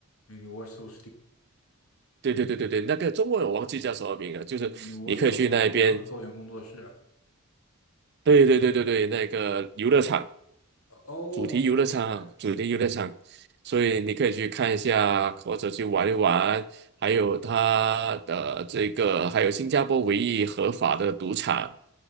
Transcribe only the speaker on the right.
对对对对对，那个中文我忘记叫什么名了，就是你可以去那边，
对对对对对，那个游乐场，
主题游乐场，
主题游乐场，所以你可以去看一下，或者去玩一玩，还有它的这个，还有新加坡唯一合法的赌场